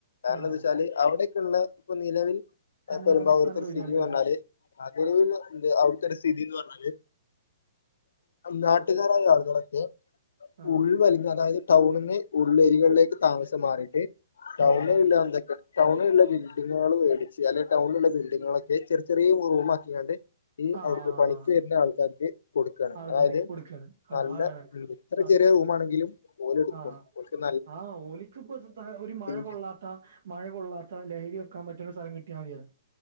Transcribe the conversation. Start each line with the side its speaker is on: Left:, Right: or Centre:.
Left: കാരണം
Right: ആഹ്
Left: എന്താച്ചാല് അവിടെയൊക്കെയുള്ള ഇപ്പൊ നിലവിൽ
Right: അന്യ
Left: പെരുമ്പാവൂര്ത്തൊരു
Right: സംസ്ഥാന തൊഴിലാളികളില്ലേ
Left: സ്തിഥിന്ന് പറഞ്ഞാല് അതൊരു അവർക്കൊരു സ്ഥിതിന്ന് പറഞ്ഞാല് നാട്ടുകാരായ ആളുകളൊക്കെ
Right: ആഹ്
Left: ഉൾവലിഞ്ഞുന്ന് പറഞ്ഞാല് അതായത് ടൗണിന്ന് ഉള്ള് ഏരിയകളിലേക്ക് താമസം മാറിട്ട് ടൗണല്ല
Right: ആഹ്
Left: എന്തൊക്കെ ടൗൺ ഇപ്പള്ളെ ബിൽഡിങ്ങേള് വേടിച്ച് അല്ലെ ടൗണിലുള്ള ബിൽഡിങ്ങേളൊക്കെ ചെറി ചെറ്യേ റൂമാക്കിങ്ങാണ്ട് ഈ
Right: ആഹ്
Left: അവർക്ക് പണിക്ക് വരുന്ന ആൾക്കാർക്ക് കൊടുക്കാണ്
Right: ആൾക്കാര്
Left: അതായത്-
Right: കൊടുക്കാണ് ആഹ്
Left: നല്ല
Right: ആണ്
Left: എത്ര
Right: ആണ്
Left: ചെറിയ റൂമാണെങ്കിലും ഓലെടുക്കും
Right: ആഹ്
Left: ഓല്ക്-
Right: ആഹ് ഓല്ക്ക് ഇപ്പ ഒരു മഴ കൊള്ളാത്ത
Left: ചെയ്യും.
Right: മഴ കൊള്ളാത്ത ലഹരി വെക്കാൻ പറ്റു - സ്ഥലം കിട്ടിയാ മതിയാ